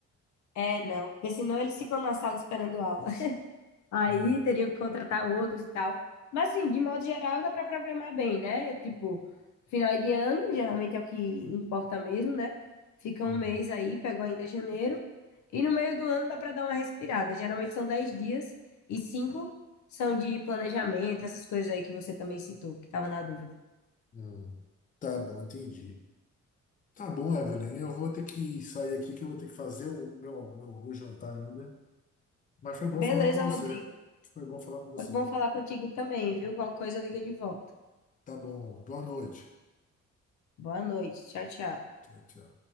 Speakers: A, on the left; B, on the left.
A: É, não, porque senão eles ficam na sala esperando aula. Aí
B: Hum,
A: teriam que contratar outros e tal. Mas assim, de modo geral, dá para programar bem, né? Tipo, final de ano, geralmente é o que importa mesmo, né? Fica
B: hum,
A: um mês aí, pego ainda janeiro. E no meio do ano dá para dar uma respirada. Geralmente são 10 dias e cinco são de planejamento, essas coisas aí que você também citou, que estava na dúvida.
B: hum. Tá bom, entendi. Tá bom, Evelyn. Eu vou ter que sair aqui que eu vou ter que fazer o meu, meu, meu jantar ainda. Mas foi
A: Beleza,
B: bom falar com você.
A: Rodrigo.
B: Foi bom falar com você.
A: Foi bom falar contigo também, viu? Qualquer coisa liga de volta.
B: Tá bom. Boa noite.
A: Boa noite. Tchau, tchau.
B: Tchau, tchau.